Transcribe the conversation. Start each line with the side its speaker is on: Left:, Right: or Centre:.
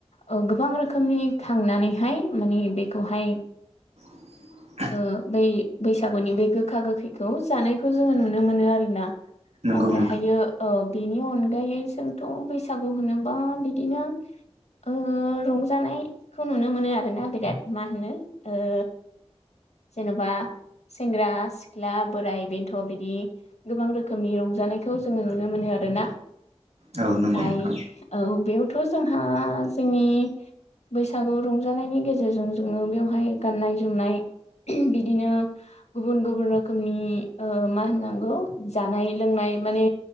Left: ओ गोबां रोखोमनि खांनानैहाय माने बेखौहाय
Right: <inaudible>
Left: ओ बै बैसागुनि बे गोखा गोखैखौ जानायखौ जोङो नुनो मोनो आरो ना।
Right: नंगौ
Left: ओमफायहायो
Right: नोंथां
Left: ओ बेनि अन अनगायै जोंथ' बैसागु होनोबा बिदिनो ओ रंजानायखौ नुनो मोनो आरोना बिराद मा होनो ओ जेनबा सेंग्रा सिख्ला बोराय बेन्थ' बिदि गोबां रोखोमनि रंजानायखौ जोङो नुनो
Right: औ
Left: मोनो आरो ना
Right: औ
Left: ओमफ्राय
Right: नंगौ नोंथां
Left: औ बेयावथ' जोंहा जोंनि बैसागु रंजानायनि गेजेरजों जोङो बेवहाय गाननाय जोमनाय बिदिनो गुबुन गुबुन रोखोमनि मा होननांगौ जानाय लोंनाय माने